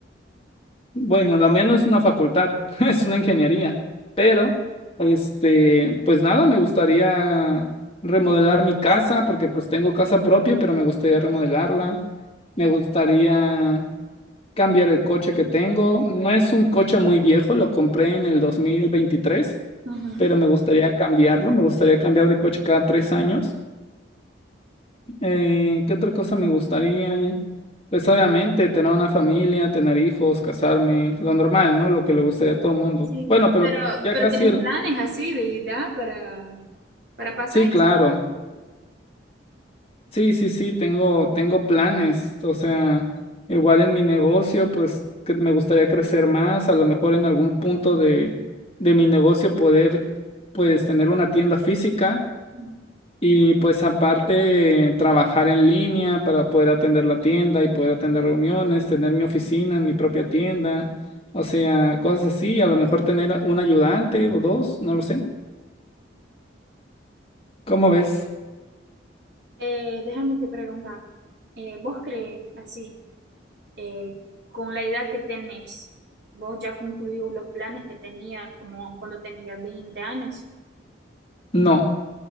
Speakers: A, on the left; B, on the right.
A: Bueno, también no es una facultad, <laughs> es una ingeniería, pero, este, pues nada, me gustaría remodelar mi casa, porque pues tengo casa propia, pero me gustaría remodelarla. Me gustaría cambiar el coche que tengo. No es un coche muy viejo, lo compré en el 2023
B: Ujú.
A: pero me gustaría cambiarlo, me gustaría cambiar de coche cada tres años. Eh, ¿qué otra cosa me gustaría? Pues obviamente tener una familia, tener hijos, casarme, lo normal, ¿no? Lo que le gustaría a todo el mundo.
B: Sí,
A: Bueno, pero
B: pero,
A: ya
B: pero
A: casi
B: tenés
A: el...
B: planes así de edad para, para pasar
A: Sí, claro.
B: eso. Ujú.
A: Sí, sí, sí, tengo, tengo planes, o sea, igual en mi negocio, pues que me gustaría crecer más, a lo mejor en algún punto de, de mi negocio poder, pues, tener una tienda física
B: Mm.
A: y pues aparte trabajar en línea para poder atender la tienda y poder atender reuniones, tener mi oficina en mi propia tienda, o sea, cosas así, a lo mejor tener a- un ayudante o dos, no lo sé. ¿Cómo ves?
B: Eh, déjame te preguntar, eh, ¿vos crees así, eh, con la edad que tenés, vos ya concluió los planes que tenía como cuando tenía 20 años?
A: No.